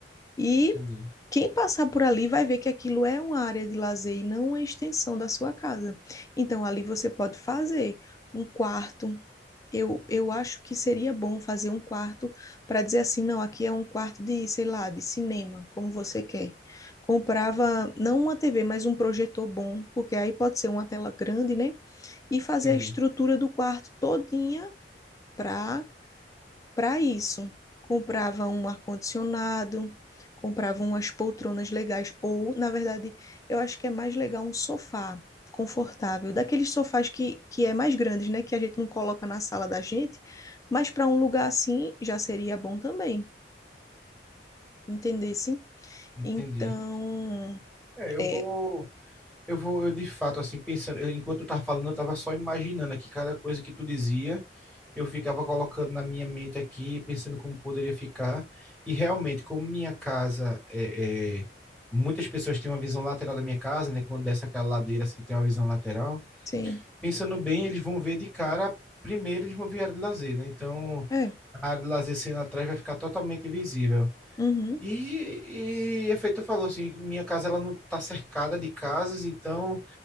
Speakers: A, on the left; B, in the centre.
A: E
B: entendi,
A: quem passar por ali vai ver que aquilo é uma área de lazer e não uma extensão da sua casa. Então, ali você pode fazer um quarto. Eu, eu acho que seria bom fazer um quarto para dizer assim, não, aqui é um quarto de, sei lá, de cinema, como você quer. Comprava não uma TV, mas um projetor bom, porque aí pode ser uma tela grande, né? E fazer
B: entendi.
A: a estrutura do quarto todinha para para isso. Comprava um ar-condicionado, comprava umas poltronas legais, ou, na verdade, eu acho que é mais legal um sofá confortável, daqueles sofás que, que é mais grandes, né? Que a gente não coloca na sala da gente, mas para um lugar assim já seria bom também, entendesse?
B: Entendi.
A: Então,
B: É, eu
A: é,
B: vou, eu vou, eu de fato, assim, pensando, eu- enquanto eu tava falando, eu tava só imaginando aqui cada coisa que tu dizia, eu ficava colocando na minha mente aqui, pensando como poderia ficar, e realmente, como minha casa, é, é, muitas pessoas têm uma visão lateral da minha casa, né, quando desce aquela ladeira, se tem uma visão lateral,
A: sim,
B: pensando bem, eles vão ver de cara, primeiro eles vão ver a área de lazer, né, então,
A: é,
B: a área de lazer sendo atrás vai ficar totalmente invisível.
A: uhum,
B: E, e efeito falou assim, minha casa ela não está cercada de casas, então